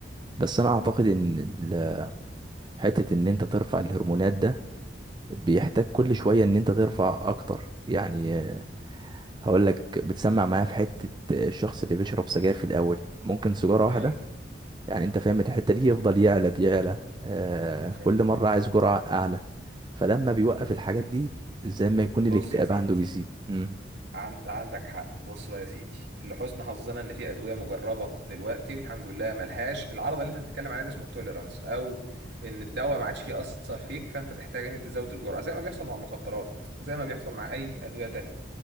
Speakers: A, on the right; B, on the right.
A: بس انا اعتقد ان ال- حته ان انت ترفع الهرمونات ده بيحتاج كل شويه ان انت ترفع اكتر يعني آه، هقول لك بتسمع معايا في حته آه، الشخص اللي بيشرب سجاير في الاول ممكن سيجاره واحده
B: فهمت
A: يعني انت فاهم الحته دي يفضل يعلى بيعلى آه
B: فهمت
A: كل مره عايز جرعه اعلى فلما بيوقف الحاجات
B: فهمت
A: دي زي ما يكون
B: بص
A: الاكتئاب
B: يا سيدي
A: عنده بيزيد مم.
B: عن... عندك حق بص بقى يا سيدي لحسن حظنا ان في ادويه مجربه دلوقتي والحمد لله ملهاش العرض اللي انت بتتكلم عليه ده اسمه التوليرانس او ان الدواء ما عادش ياثر فيك فانت تحتاج ان انت تزود الجرعه زي ما بيحصل مع المخدرات زي ما بيحصل مع اي ادويه تانية